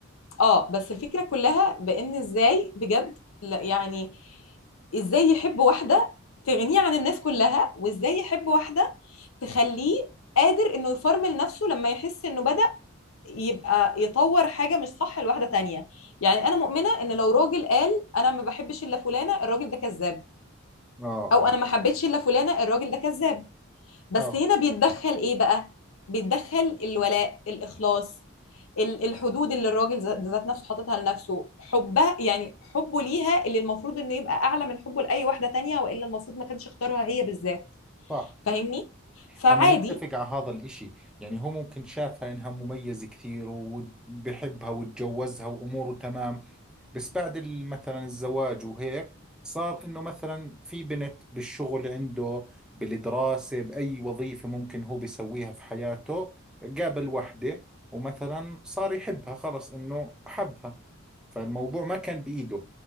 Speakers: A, on the left; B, in the centre.
A: اه بس الفكرة كلها بان ازاي بجد لا يعني ازاي يحب واحدة تغنيه عن الناس كلها وازاي يحب واحدة تخليه قادر انه يفرمل نفسه لما يحس انه بدأ يبقى يطور حاجة مش صح لواحدة تانية يعني انا مؤمنة ان لو راجل قال انا ما بحبش الا فلانة الراجل ده كذاب
B: آه
A: او
B: آه
A: انا ما حبيتش الا فلانة الراجل ده كذاب بس
B: آه
A: هنا بيتدخل ايه بقى بيتدخل الولاء الاخلاص ال- الحدود اللي الراجل ذا- ذات نفسه حاططها لنفسه حبه يعني حبه ليها اللي المفروض انه يبقى اعلى من حبه لاي واحده تانية والا المفروض ما كانش اختارها هي بالذات
B: صح
A: فاهمني فعادي
B: أنا متفق على هذا الإشي يعني هو ممكن شافها إنها مميزة كثير وبحبها وتجوزها وأموره تمام بس بعد ال- مثلا الزواج وهيك صار إنه مثلا في بنت بالشغل عنده بالدراسة بأي وظيفة ممكن هو بيسويها في حياته قابل وحدة ومثلا صار يحبها خلص إنه حبها فالموضوع ما كان بإيده